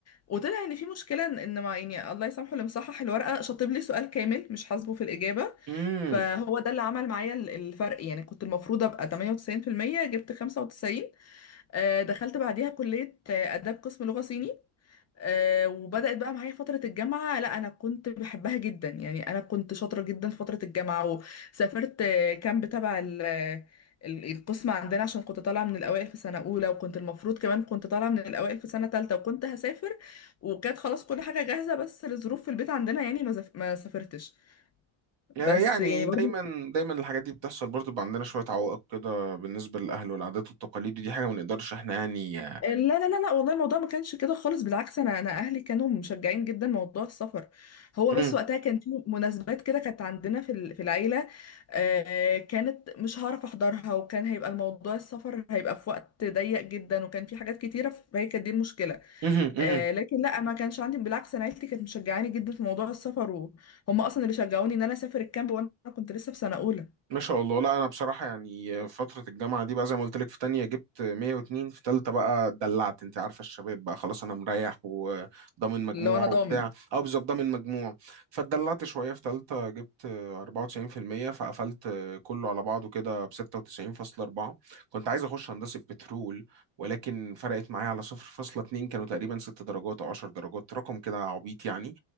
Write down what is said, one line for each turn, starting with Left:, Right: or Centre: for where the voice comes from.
Left: وطلع ان في مشكله ان إن مع يعني الله يسامحه اللي مصحح الورقه شاطب لي سؤال كامل مش حاسبه في الاجابه
Right: مم.
Left: فهو ده اللي عمل معايا ال- الفرق يعني كنت المفروض ابقى 98% جبت 95 آه، دخلت بعديها كلية آه، آداب قسم لغة صيني آه، وبدأت بقى معايا فترة الجامعة لا أنا كنت بحبها جدا يعني أنا كنت شاطرة جدا في فترة الجامعة وسافرت آه، كامب تبع ال- آه، ال- القسم عندنا عشان كنت طالعة من الأوائل في سنة أولى وكنت المفروض كمان كنت طالعة من الأوائل في سنة تالتة وكنت هسافر وكانت خلاص كل حاجة جاهزة بس لظروف في البيت عندنا يعني ما زف- ما سافرتش
Right: يعني
Left: بس يعني برضو
Right: دايما دايما الحاجات دي بتحصل برضه بيبقى عندنا شوية عوائق كده بالنسبة للأهل والعادات والتقاليد ودي حاجة ما نقدرش احنا يعني
Left: لا لا لا لا والله الموضوع ما كانش كده خالص بالعكس انا انا اهلي كانوا مشجعين جدا موضوع السفر هو بس
Right: مم.
Left: وقتها كان في مناسبات كده كانت عندنا في ال- في العيله آه، كانت مش هعرف احضرها وكان هيبقى الموضوع السفر هيبقى في وقت ضيق جدا وكان في حاجات كتيره فهي كانت دي المشكله
Right: مهم. مهم.
Left: آه، لكن لا ما كانش عندي بالعكس انا عيلتي كانت مشجعاني جدا في موضوع السفر وهم اصلا اللي شجعوني ان انا اسافر الكامب وانا كنت لسه في سنه اولى
Right: ما شاء الله لا انا بصراحه يعني فتره الجامعه دي بقى زي ما قلت لك في تانية جبت 102 في تالتة بقى اتدلعت انت عارفه الشباب بقى خلاص انا مريح وضامن مجموع
Left: اللي هو انا ضامن
Right: وبتاع اه بالظبط ضامن مجموع فاتدلعت شويه في تالتة جبت 94% فقفلت كله على بعضه كده ب 96.4 كنت عايز اخش هندسه بترول ولكن فرقت معايا على 0.2 كانوا تقريبا 6 درجات او 10 درجات رقم كده عبيط يعني